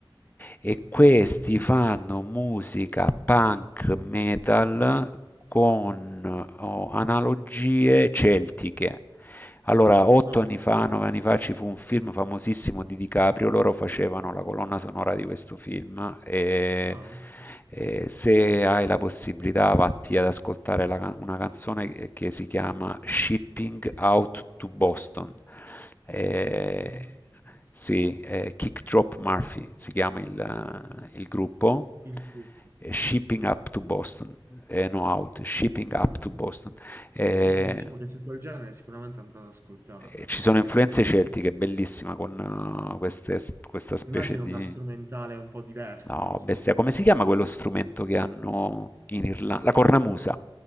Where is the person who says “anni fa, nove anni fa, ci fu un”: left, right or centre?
Left